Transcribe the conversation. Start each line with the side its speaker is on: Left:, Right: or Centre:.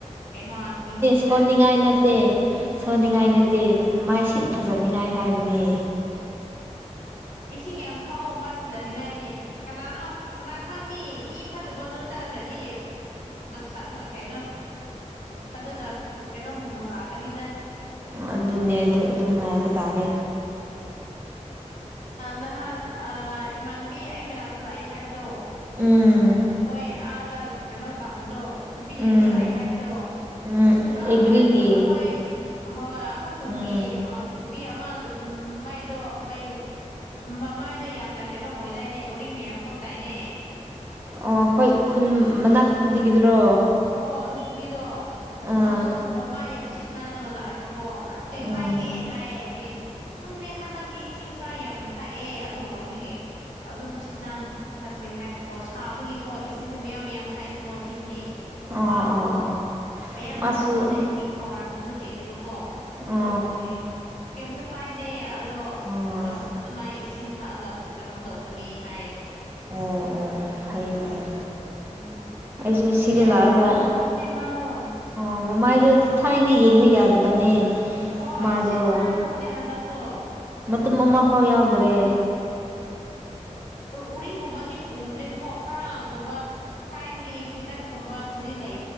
Left: ꯀꯩꯅꯣ ꯍꯦꯟꯖꯤꯟꯅ
Right: ꯁꯣꯟꯅꯤꯡꯉꯥꯏ ꯅꯠꯇꯦ ꯁꯣꯟꯅꯤꯡꯉꯥꯏ ꯅꯠꯇꯦ ꯃꯥꯏꯁꯤꯠ ꯐꯖꯅꯤꯡꯉꯥꯏ ꯍꯥꯏꯕꯅꯤ
Left: ꯏꯁꯤꯡ ꯌꯥꯝ ꯊꯛꯑꯣ ꯃꯥꯏ ꯐꯖꯅꯤꯡꯉꯥꯏꯗꯤ ꯀꯅꯥꯅꯣ ꯀꯅꯥ ꯈꯪꯅꯤ ꯏ ꯐꯠꯇꯕꯗ ꯆꯠ ꯆꯅꯈ꯭ꯔꯗꯤ ꯁꯪꯉ ꯀꯩꯅꯣ ꯐꯖꯅ ꯀꯩꯅꯣꯝ ꯃꯑꯣꯡ ꯂꯥꯛꯀꯅꯤꯗ
Right: ꯑꯗꯨꯅꯦ ꯑꯗꯨ ꯉꯥꯏꯕ ꯇꯥꯔꯦ
Left: ꯅꯍꯥꯟ ꯏꯃꯥꯟꯅꯕꯤ ꯑꯩ ꯃꯅꯥꯛꯇ ꯂꯥꯛꯑꯦ ꯍꯥꯏꯕꯗꯣ
Right: ꯎꯝ
Left: ꯃꯣꯏ ꯑꯥꯗ ꯀꯩꯅꯣ ꯇꯝꯕꯗꯣ ꯅꯨꯄꯤ
Right: ꯎꯝ
Left: ꯑꯅꯤ ꯂꯥꯛꯑꯦ ꯍꯥꯏꯕꯗꯣ
Right: ꯎꯝ
Left: ꯑꯩꯈꯣꯏ
Right: ꯑꯦꯒ꯭ꯔꯤꯒꯤ
Left: ꯑꯩꯈꯣꯏ ꯍꯣꯏ ꯑꯩꯈꯣꯏ ꯈꯨꯟꯒꯤ
Right: ꯎꯝ
Left: ꯅꯨ ꯄꯄꯤ ꯑꯃ ꯃꯥꯏꯗꯣ ꯑꯩꯈꯣꯏ ꯃꯃꯥꯏꯗꯣ ꯌꯥꯝꯅ ꯀꯩꯅꯣꯝ ꯑꯣꯏꯗꯥꯏꯅꯦ ꯎꯔꯤꯡ ꯃ ꯌꯥꯝ ꯊꯣꯛꯇꯏꯅꯦ
Right: ꯑꯣ ꯑꯩꯈꯣꯏ ꯈꯨꯟ ꯃꯅꯥꯛꯛꯇꯗꯒꯤꯗꯨꯔꯣ
Left: ꯑꯣ ꯑꯗꯨ ꯅꯨꯄꯤꯗꯣ
Right: ꯑꯥ
Left: ꯍꯟꯗꯧꯗ ꯃꯃꯥꯏ ꯌꯥꯝ ꯁꯤꯠ ꯅꯥꯜꯂꯒ ꯂꯥꯛꯑꯦꯕ ꯀꯣ ꯑꯁ ꯀꯩ
Right: ꯎꯝ
Left: ꯄꯥꯏꯒꯦ ꯍꯥꯏꯌꯦꯗꯤ ꯈꯪꯗꯦ ꯍꯟꯗꯛꯗꯤ ꯏꯁꯤꯡ ꯈꯔ ꯌꯥꯝꯅ ꯊꯥꯛꯑꯦ ꯑꯗꯨꯣ ꯑꯣꯏꯕꯒꯤ ꯑꯗꯨꯝ ꯁꯤꯠ ꯅꯥꯟ ꯆꯠꯈ꯭ꯔꯦ ꯍꯥꯏꯕꯀꯣ ꯁꯥꯕꯒꯤꯀꯣ ꯏꯁꯤꯡꯁꯦ ꯃꯌꯥꯝ ꯃꯌꯥꯝ ꯊꯥꯛꯏꯕꯀꯣ ꯁꯤꯗꯤ ꯍꯨꯃꯥꯡꯗꯣ
Right: ꯑꯣ ꯑꯣ ꯑꯣ
Left: ꯃꯌꯥꯝ
Right: ꯃꯥꯁꯨ
Left: ꯊꯣꯛꯧꯈ꯭ꯔꯕꯅꯤꯅ ꯏꯁꯤꯡ ꯈꯧꯔꯥꯡꯕꯁꯨ ꯍꯦꯜꯂꯤꯕ ꯑꯣ
Right: ꯑꯣ
Left: ꯑꯗꯨꯣ ꯑꯣꯏꯕ ꯀꯩꯝꯇ ꯄꯥꯏꯗꯦ ꯑꯗꯣ
Right: ꯑꯣ ꯑꯣ
Left: ꯑꯗꯨꯃꯥꯏꯅ ꯏꯁꯤꯡ ꯊꯛꯑꯒ ꯀꯩꯅꯣꯝ ꯇꯧꯕꯅꯤ ꯍꯥꯏ
Right: ꯑꯣ ꯑꯣ ꯑꯣ ꯐꯩꯌꯦ ꯐꯩꯌꯦ
Left: ꯎꯝ
Right: ꯑꯩ ꯁꯤꯗ
Left: ꯌꯥꯝ
Right: ꯂꯔꯒ
Left: ꯍꯣꯡꯈ꯭ꯔꯕꯅꯦ ꯃꯥꯗꯣ
Right: ꯑ ꯃꯃꯥꯏꯗꯣ ꯊꯥꯏꯅ ꯌꯦꯡꯕ ꯌꯥꯗꯕꯅꯦ
Left: ꯍꯣꯏ
Right: ꯃꯥꯗꯣ
Left: ꯁꯤꯠ ꯅꯥꯈ꯭ꯔꯕꯅꯦ ꯍꯟꯗꯛꯇꯣ
Right: ꯑꯗꯨꯝ ꯑꯃ ꯐꯥꯎ ꯌꯥꯎꯗ꯭ꯔꯦ
Left: ꯎꯔꯤꯡꯒꯨꯝꯕꯗꯤ ꯎꯗ꯭ꯔꯦꯕꯀꯣ ꯈꯔ ꯀꯨꯝꯕ ꯊꯥꯏꯅꯒꯤ ꯈꯤꯇꯪꯒꯨꯝꯕꯕꯨꯗꯤ ꯂꯩ